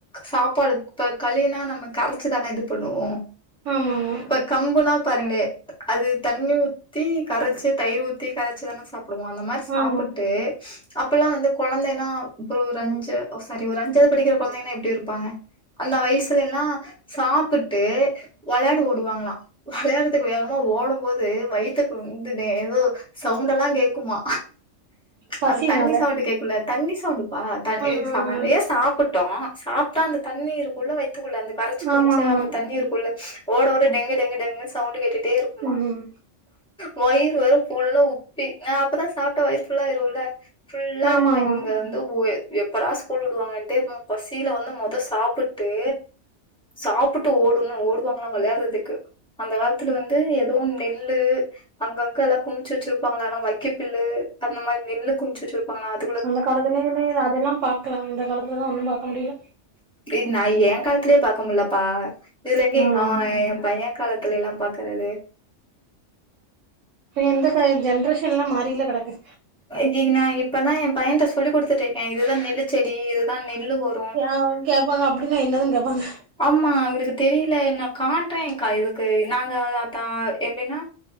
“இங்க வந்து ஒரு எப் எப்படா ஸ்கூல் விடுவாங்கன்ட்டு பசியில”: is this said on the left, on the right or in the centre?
Centre